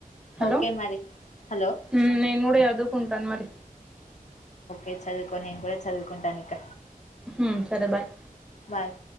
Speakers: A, in the centre; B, on the left.
A: హలో
B: ఓకే మరి హలో
A: హు నేను కూడా చదుకుంటాను మరి
B: అే చదువుకో నేను కూడా చదువుకుంటాను ఇక
A: హ్మ్మ్ సరే బాయ్
B: బాయ్